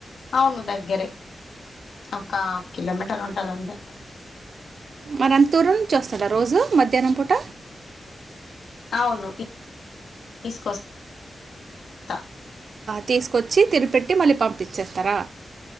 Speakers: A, on the left (about 85°); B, on the right (about 65°).
A: అవును దగ్గరే ఒక హాఫ్ కిలోమీటర్ ఉంటదంటే
B: మరి అంత దూరం నుంచి వస్తాడా రోజు మధ్యాహ్నం పూట
A: అవును తీసుకొస్తా
B: తీసుకొచ్చి తినిపెట్టి మళ్ళీ పంపించేస్తారా